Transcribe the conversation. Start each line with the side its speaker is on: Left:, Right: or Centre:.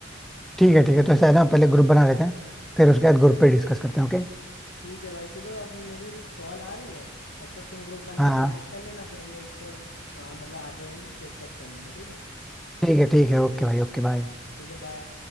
Centre: ठीक है ठीक है तो ऐसा है ना पहले ग्रुप बना लेते हैं फिर उसके बाद ग्रुप पे डिस्कस करते हैं ओके
Left: ठीक है भाई चलो अब मेरी कॉल आ रही है तब तक तुम ग्रुप बना
Centre: हाँ हाँ,
Left: के ऐड कर लेना फिर हम लोग इस पे आ, मतलब आगे डिस्कस कर लेंगे ठीक है
Centre: ठीक है ठीक है ओके भाई ओके बाय
Left: ठीक है बाय